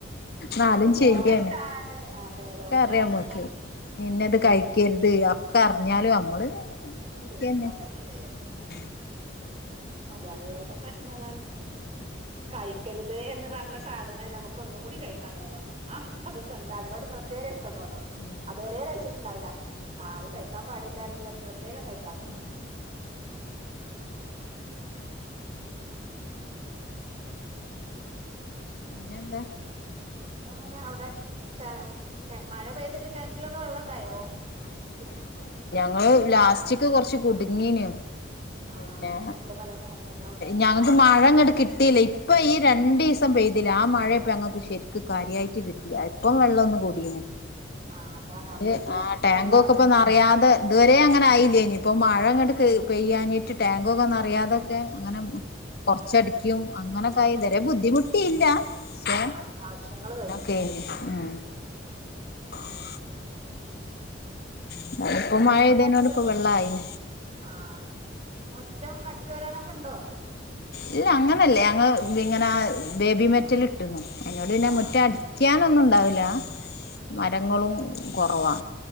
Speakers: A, on the left; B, on the right.
A: നാലും
B: അത്
A: ചെയ്യ
B: ദോഷാണ് അതെ
A: ഒക്കെ
B: ദോഷാണ്ന്ന്
A: അറിയ നമ്മക്
B: അറിഞ്ഞ്
A: നിന്നത് കഴിക്കരുത് റിഞ്ഞാലും നമ്മള് കഴിക്കന്നെ
B: പിന്നെ അതന്നെ ചെയ്യാം
A: ഉം
B: മലയാളികളടെ പ്രശ്നം താണ്
A: ഉം ഉം
B: കായി കഴിക്കരുത് എന്ന് പറഞ്ഞ സാധനം നമുക്ക് ഒന്നും കൂടി കഴിക്കും തോന്നുന്നു ആ
A: ആഹ്
B: അത്പ്പ എന്താ അതിനോട് പ്രത്യേക ഇഷ്ടംന്ന് തോന്നും
A: ഉം
B: അത് വരരെ കഴിച്ചിട്ടുണ്ടാവില്ല ആ് അത് കഴിക്കാൻ പാടില്ലാറിയുമ്പോ അത് ത് വേഗം കഴിക്കാൻ തോന്നും
A: ഉം ഉം
B: മ്മ്.
A: പിന്നെ, എന്താ?
B: പിന്നെ? അങ്ങനെ, അവ്ടെ, ഇ ക <unintelligible> മഴ പെയ്തിട്ട് കെ റ്റിലൊക്കെ, വെള്ളം, ഉണ്ടായോ, ബുദ്ധിമുട്ട
A: ങ്ങള്, ലാസ്റ്റ്ക്, കൊറച്ച്, കുട്ങ്ങീന്
B: ആഹ്
A: പിന്നെ
B: അങ്ങനെണ്ട് പല സ്ഥലങ്ങളിലും
A: ഞങ്ങക്ക്
B: ആണ്
A: മഴ ഇങ്ങട്ട് കിട്ടീല്ല ഇപ്പ ഈ രണ്ടീസം പ്പംപെയ്തിലെ ആ മഴയെപ്പം ഞങ്ങക്ക് ശരിക്ക് കാര്യായിറ്റ് കിട്ടിയെ ഇപ്പം വെള്ളം ഒന്ന് കൂടീന്
B: ആഹ് അതാണ്
A: അത്
B: അപ്പൊ ഈ ഭൂമിക്ക്
A: ആ ടാങ്കൊക്കെ
B: വെള്ളം ഇറങ്ങണ്ടേ
A: ഇപ്പോ നെറയാതെ ഇതുവരെ അങ്ങനെ ആയില്ലേഞ്ഞ് ഇപ്പൊ മഴ ഇങ്ങണ്ട് കെ പെയ്യാഞ്ഞിട്ട് ടാങ്കൊക്കെ നറയാതൊക്കെ അങ്ങനെ കൊറച്ചടിക്കും അങ്ങനൊക്കെ ആയി ഇത് വരെ ബുദ്ധിമുട്ടിയില്ല ക്ഷെ
B: ആഹ് ആവശ്യങ്ങൾ
A: അങ്ങനൊക്കെ
B: കഴിയും ല്ലേ
A: യിനിം മ് <unintelligible> ഇന്നാലും ഇപ്പൊ
B: മുറ്റൊക്കെ
A: മഴ പെയ്തേനോട്
B: അടിച്ചൊ
A: ഇപ്പൊ വെള്ളായിന്
B: ആഹ് മുറ്റം അടിച്ചു വരാനൊ ക്കെണ്ടോ?
A: ഇല്ല അങ്ങനല്ലേ ഞങ്ങ് ഇങ്ങനെ അഹ് ബേബി മെറ്റൽ ഇട്ട്ണ് അയിനോട് പിന്നെ
B: ആഹ്
A: മുറ്റം അടിക്കാനൊന്നും ഉണ്ടാവെല് <unintelligible> മരങ്ങളും കൊറവാ